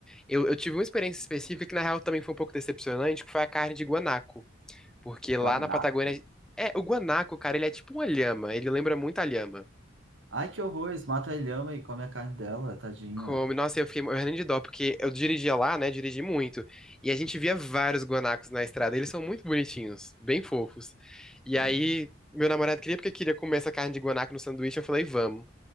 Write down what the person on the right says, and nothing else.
Guanaco?
Ai, que horror, eles matam a lhama e comem a carne dela, tadinha.
Ah,